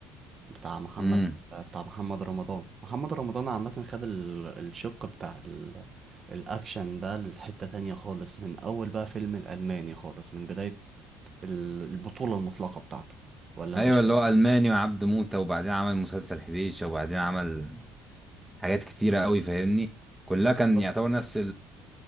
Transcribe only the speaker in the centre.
امم
ايوه
اللي هو
الماني وعبد موتة وبعدين عمل مسلسل حبيشة وبعدين عمل حاجات كتيرة قوي فاهمني كلها كان
يعتبر نفس